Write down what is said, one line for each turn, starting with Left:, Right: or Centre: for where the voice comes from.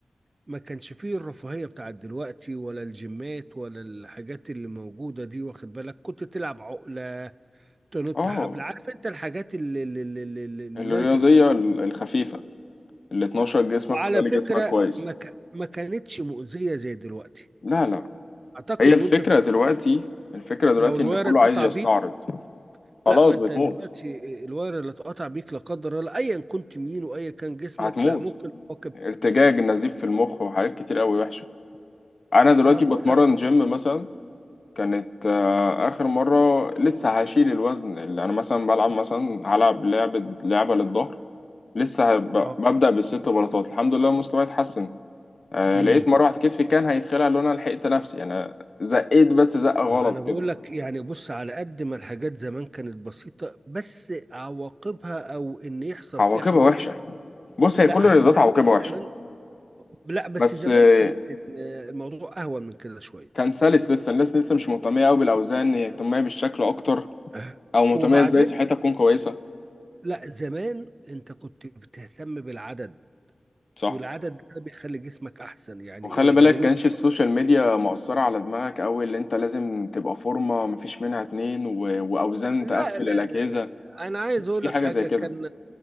Right: ما كانش فيه الرفاهية بتاعت دلوقتي ولا الجيمات ولا الحاجات اللي موجودة دي واخد بالك كنت تلعب عقلة تنط
Left: اه
Right: حبل عارف انت الحاجات اللي اللي- اللي- اللي- اللي- اللايت
Left: الرياضيه
Right: الخفيفة
Left: ال-
Right: دي.
Left: الخفيفه اللي تنشط جسمك
Right: وعلى
Left: وتخلي
Right: فكرة
Left: جسمك كويس
Right: ما ك- ما كانتش مؤذية زي دلوقتي
Left: لا لا
Right: اعتقد
Left: هي الفكره
Right: وانت في
Left: دلوقتي الفكره دلوقتي
Right: لو الواير
Left: ان كله
Right: اتقطع
Left: عايز يستعرض
Right: بيك
Left: خلاص
Right: لا ما انت
Left: بتموت
Right: دلوقتي الواير اللي اتقطع بيك لا قدر الله ايا كنت مين وايا كان جسمك
Left: هتموت
Right: لا ممكن تواكب
Left: ارتجاج النزيف في المخ وحاجات كتير قوي وحشه انا دلوقتي
Right: ما انا
Left: بتمرن
Right: بقول لك ال-
Left: جيم مثلا كانت آه، اخر مره لسه هشيل الوزن اللي انا مثلا بلعب مثلا هلعب لعبه لعبه للظهر لسه هب-
Right: اه
Left: ببدا بالست بلاطات الحمد لله مستواي اتحسن آه
Right: امم
Left: لقيت مره واحده كتفي كان هيتخلع لو انا لحقت نفسي انا زقيت بس زقه غلط
Right: ما انا بقول
Left: كده
Right: لك يعني بص على قد ما الحاجات زمان كانت بسيطة بس عواقبها او ان يحصل
Left: عواقبها
Right: فيها حوادث
Left: وحشه بص هي
Right: لا
Left: كل الرياضات
Right: زمان
Left: عواقبها وحشه
Right: زمان لا بس
Left: بس
Right: زمان
Left: آه
Right: كانت الموضوع اهون من كده شوية
Left: كان سلس لسه الناس لسه مش مهتميه قوي بالاوزان هي مهتميه بالشكل اكتر
Right: آه.
Left: او مهتميه
Right: وبعدين
Left: ازاي صحتها تكون كويسه
Right: لا زمان انت كنت بتهتم بالعدد
Left: صح
Right: والعدد ده بيخلي جسمك احسن يعني
Left: وخلي
Right: ايه
Left: بالك
Right: ده من
Left: كانش
Right: وجهة
Left: السوشيال ميديا مؤثرة على دماغك أوي اللي أنت لازم تبقى فورمة مفيش منها اتنين و... وأوزان
Right: لا
Left: تقفل
Right: لا
Left: الأجهزة
Right: لا لا انا عايز اقول
Left: في
Right: لك
Left: حاجة
Right: حاجه
Left: زي كده
Right: كان